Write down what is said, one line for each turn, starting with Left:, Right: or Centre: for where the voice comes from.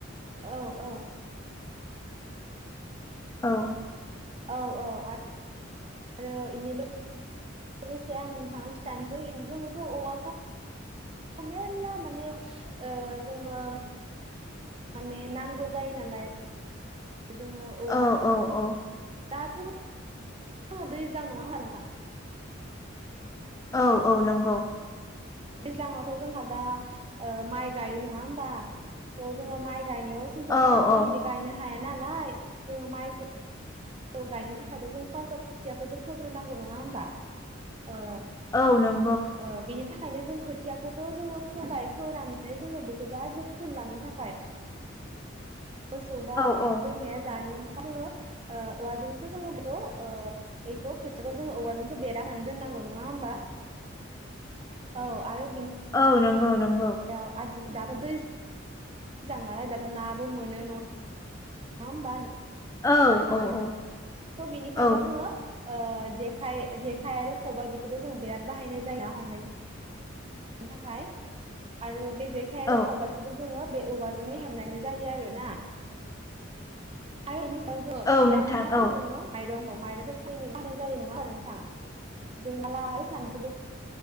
Right: औ-औ-औ
Left: औ
Right: औ औ आरो इनि लोगोसे आं नोंथांनो खिन्थानोसै जोंथ' औवाखौ मेरला माने जोङो माने नांगौ जायो नालाय जोङो औवानि
Left: औ
Right: बा
Left: औ औ
Right: दाथ' जो <unintelligible> दैज्लां नङा होमबा नोंथां
Left: औ औ नंगौ
Right: दैज्लाङावथ' जोंहा दा ओ माइ गायो नङा होमबा स' जोङो माइ गायनायाव जोंथ'
Left: औ
Right: माइखौ
Left: औ
Right: ओरै गायनो हा हाया नालाय जोङो माइखौ खौ गायनो थाखायथ' जों फार्स्टआव खोथियाखौसो फोग्रोनांगौ नङा होमबा ओ
Left: औ नों
Right: ओ बेनि था खायनो जों खोथियाखौथ' जोङो फोबाय फोनानै जोङो बेखौ दा जोथोन लानो थाखाय मोसौ बा
Left: औ
Right: ओ
Left: औ
Right: बोरमाया जायैनि था आरो जों औवाजोंसो जोङो बेखौ ओ बेखौ खोथिखौ जोङो औवाजोंसो बेरा होनो दोननांगौ नङा होमबा औ आरो
Left: औ नोंगौ नों
Right: याव आजि दाथ' दै मोजां नालाय दाथ' नाबो मोनो नङा नङा होमबा
Left: औ
Right: नोथां
Left: औ औ
Right: स' बेनिखायनो
Left: औ
Right: जोङो ओ जेखाय जेखाइ आरो खबाइ बेखौथ' जों बिराद बाहायनाय जायो ना हमनाय नि थाखाय आरो बे जेखाइ आरो
Left: औ
Right: खबायाइखौबो जोङो बे औवाजोंनो हेबनानै जायो आरो ना आरो बेनि सायाव जों ओंखाम
Left: औ
Right: जानानै
Left: नोंथां
Right: थाखाय
Left: औ
Right: जोङो माइरं माइरंखौ सालिनो बानाय जायो नङाबा नोंथां जोंबोला आरो <unintelligible>